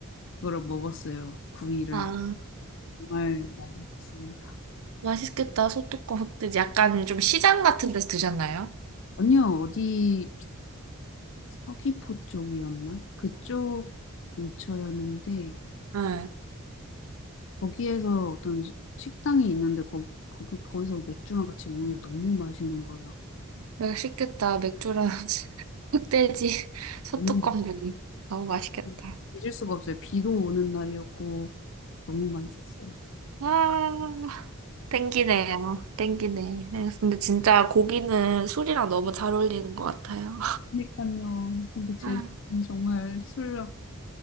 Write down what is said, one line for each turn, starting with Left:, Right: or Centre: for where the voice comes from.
Left: 그거를 먹었어요. 구이를.
Right: 아,
Left: 정말 맛있었습니다.
Right: 맛있겠다. 소뚜껑 흑돼지 약간 좀 시장 같은 데서 드셨나요?
Left: 아니요, 어디 서귀포 쪽이었나? 그쪽 근처였는데
Right: 네.
Left: 거기에서 어떤 식당이 있는데 거기, 거기 거기서 맥주랑 같이 먹는데 너무 맛있는 거예요.
Right: 맛있겠다. 맥주랑 <laughs> 흑돼지 소뚜껑구이.
Left: 너무
Right: 너무 맛있겠다.
Left: 맛있- 잊을 수가 없어요. 비도 오는 날이었고 너무 맛있었어요.
Right: 아, 땡기네요. 땡기네. 근데 진짜 고기는 술이랑 너무 잘 어울리는 것 같아요.
Left: 그러니까요. 근데 제주도는
Right: 아,
Left: 정말 술